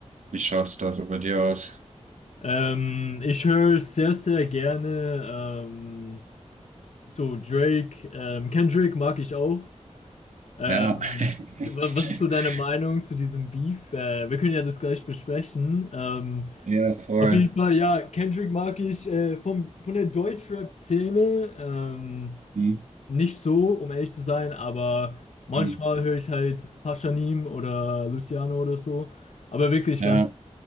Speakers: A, on the right; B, on the left.
A: wie schaut's da so bei dir aus?
B: ähm, ich höre sehr, sehr gerne ähm, so Drake. Ähm, Kendrick mag ich auch. Ähm,
A: Ja,
B: wa-
A: <laughs>
B: was ist so deine Meinung zu diesem Beef? Äh, wir können ja das gleich besprechen. Ähm,
A: ja, voll.
B: auf jeden Fall, ja, Kendrick mag ich äh, vom, von der Deutschrap-Szene ähm,
A: Hm,
B: nicht so, um ehrlich zu sein, aber manchmal
A: hm.
B: höre ich halt Pashanim oder Luciano oder so. Aber wirklich
A: Ja,
B: ganz,